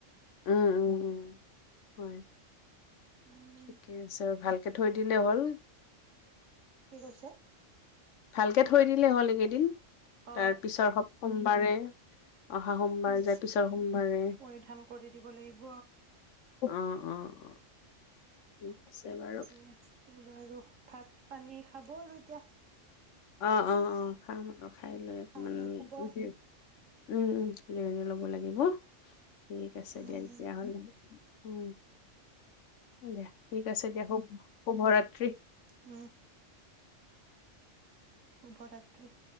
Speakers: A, on the left (about 70°); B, on the right (about 80°).
A: উম উম উম। হয়।
B: উম
A: কে হৈছে আৰু ভাল তকে থৈ দিলে হ'ল।
B: কি কৈছে।
A: ভালকে থ- থৈ দিলে হ'ল এইকেইদিন
B: অ
A: তাৰ পিছৰ সোমবাৰে, অহা সোমবাৰ
B: পিন
A: যাৰ পিছৰ সোমবাৰে,
B: পৰিধান কৰি দিব লাগিব
A: অ। অ ঠিক আছে বাৰু
B: কেছে বাৰু। ভাত পানী খাব আৰু এতিয়া।
A: অ অ, অ খাম আৰু। খাই লৈ
B: খাই
A: মানে
B: লৈ শুব
A: কি উম, উম। জিৰণি লব লাগিব। ঠিক আছে
B: উম
A: দিয়া তেতিয়াহলে উম। দিয়া ঠিক আছে দিয়া শু শুভ ৰাত্ৰি।
B: উম শুভৰাত্ৰি।